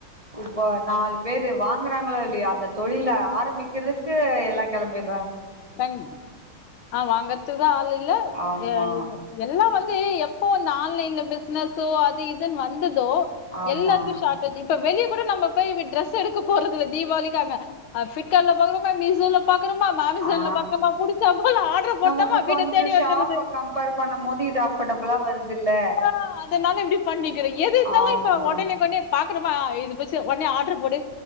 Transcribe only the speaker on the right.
இப்ப நாலு பேரு வாங்கறாங்களோ இல்லையோ அந்த தொழில ஆரம்பிக்கிறதுக்கு எல்லா கெளம்பிரு
ஆமா
ஆமா
ஆ
நமக்கு
கொஞ்சோ
ஷாப்ப கம்பேர் பண்ணும் போது இது அஃபர்டபுளா வருதுல்ல
ஆமா